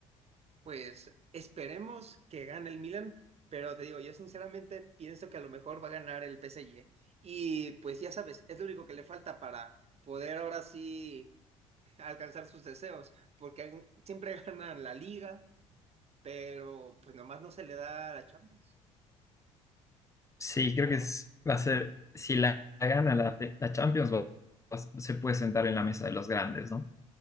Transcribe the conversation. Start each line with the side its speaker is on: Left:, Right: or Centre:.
Right: Pues esperemos que gane el Milan, pero te digo, yo sinceramente pienso que a lo mejor va a ganar el PSG. Y pues ya sabes, es lo único que le falta para poder ahora sí alcanzar sus deseos, porque han- siempre <laughs> ganan la Liga, pero pues nomás no se le da la Champions.
Left: Sí, creo que es- va a ser, si la la gana la, la Champions, va- va- se puede sentar en la mesa de los grandes, ¿no?